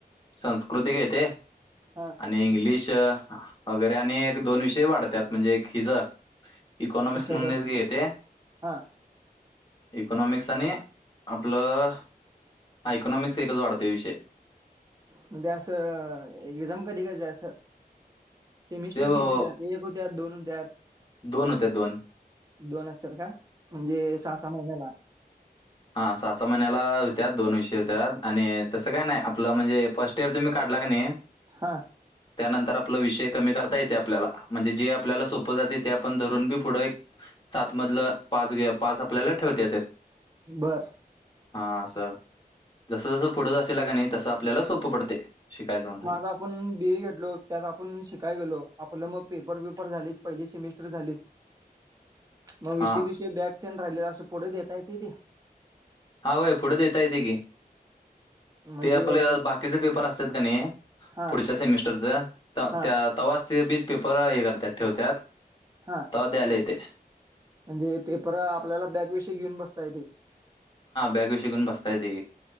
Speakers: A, on the left; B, on the right.
A: संस्कृतिक येते.
B: हा.
A: आणि इंग्लिश वगैरे आणि एक दोन विषय वाढतात म्हणजे एक हिज इकॉनाॉमिक्स
B: कशाचं
A: मुंदे येते
B: हा
A: इकोनॉमिक्स आणि आपलंा इकॉनॉमिक्स एकच वाढतोय विषय
B: म्हणजे असं एक्झाम कधी कधी असतात सेमिस्टर
A: ते व-
B: केतती होत्या एक होत्या दोन होत्या
A: दोन होत्या दोन
B: दोन असतार का म्हणजे सहा सहा महिन्याला
A: हा सहा सहा महिन्याला होत्या दोन विषय होत्या आणि तसं काय नाही आपलं म्हणजे फस्ट तेर तुम्ही काढला क नाही
B: हा
A: त्यानंतर आपला विषय कमी करता येते आपल्याला म्हणजे जे आपल्याला सोपं जाते ते आपण धरून बी पुढं एक सात मधलं पाच घ्या पाच आपल्याला ठेवता येते
B: बरं
A: हा असं जस जसं पुढं जाशिल का नाही तसं आपल्याला सोपं पडते शिकायला जाऊन लागेल
B: माझ. आपण बी ए घेतलो त्यात आपण शिकायला गेलो आपलं मग पेपर वेपर झालेत पहिली सेमिस्टर झालीत मग
A: हां
B: विष बष बॅक पेन राहिलेला असं पुढे देता य त ते
A: हा होय पुढं देेत येत की
B: म्हणजे
A: ते आपलं बाकीचे पेपर असतात का नाही
B: हा
A: पुढच्या सेमिस्टरच
B: हा
A: तवास ते बी पेपर हे करत ठेवतात
B: हा
A: त द्यायला येते
B: म्हणजे पेपर आपल्याला बॅग विषी घेऊन बसता येते
A: बॅक विषय पण बसतायेते